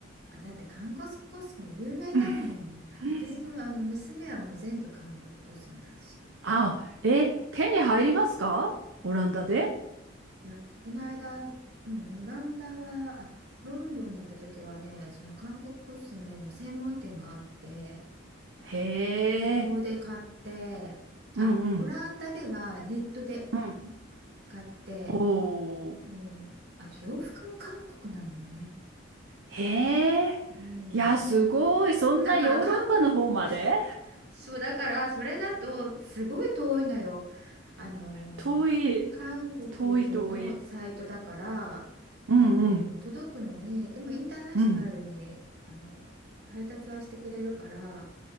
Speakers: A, on the right; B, on the right.
A: あだって韓国コスメ有名だもん私のあの娘はもう全部韓国コスメだし
B: <laughs> うんあ、え、手に入りますかオランダで
A: いや、この間、うん、オランダは、あ、ロンドンに行った時はね、その韓国コスメの専門店があって、
B: へえ、
A: そこで買って、あ、
B: うんうん、
A: オランダではネットで
B: うん。
A: 買って、
B: おー、
A: うん、あと洋服も韓国なのよね。
B: へえ、
A: うん、
B: いや、すごい、そんなヨーロッパの方まで
A: だから韓国 <laughs> そうだからそれだとすごい遠いのよ。あの韓国のサイトだからあの届くのにでもインターナショナルにあの配達はしてくれるから
B: 遠い、遠い遠い。うんうん、うん。